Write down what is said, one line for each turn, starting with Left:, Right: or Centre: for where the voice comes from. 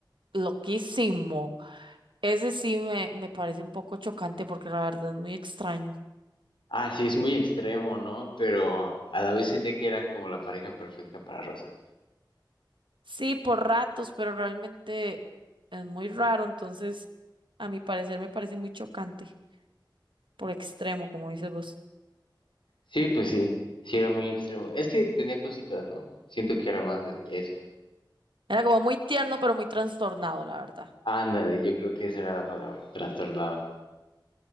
Right: loquísimo. Ese sí me, me parece un poco chocante porque la verdad es muy extraño.
Left: Ah, sí, es muy extremo, ¿no? Pero a la vez sentía que era como la pareja perfecta para Rosa.
Right: Sí, por ratos, pero realmente es muy raro, entonces a mi parecer me parece muy chocante, por extremo, como dices vos.
Left: Sí, pues sí. Sí, era muy extremo. Es que tenía cositas, ¿no? Siento que era más de eso.
Right: Era como muy tierno, pero muy trastornado, la verdad.
Left: Ándale, yo creo que esa era la palabra. Trastornada.